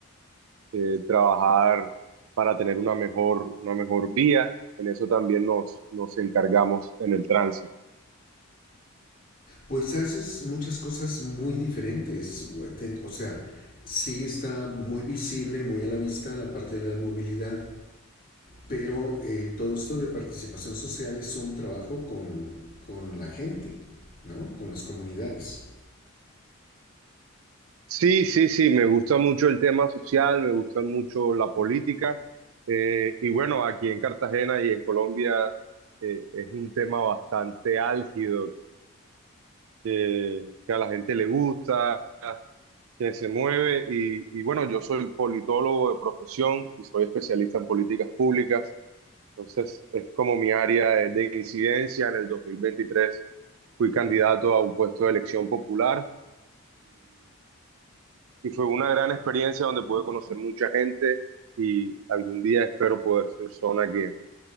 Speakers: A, on the right (about 75°); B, on the left (about 40°).
A: eh, trabajar para tener una mejor, una mejor vía. En eso también nos, nos encargamos en el tránsito.
B: Pues haces muchas cosas muy diferentes. O sea, sí está muy visible, muy a la vista la parte de la movilidad, pero eh, todo esto de participación social es un trabajo con, con la gente, ¿no? Con las comunidades.
A: Sí, sí, sí, me gusta mucho el tema social, me gusta mucho la política. eh, y bueno, aquí en Cartagena y en Colombia eh, es un tema bastante álgido, que, que a la gente le gusta, que se mueve. Y, y bueno, yo soy politólogo de profesión y soy especialista en políticas públicas. Entonces, es como mi área de, de incidencia. En el 2023 fui candidato a un puesto de elección popular y fue una gran experiencia donde pude conocer mucha gente y algún día espero poder ser persona que,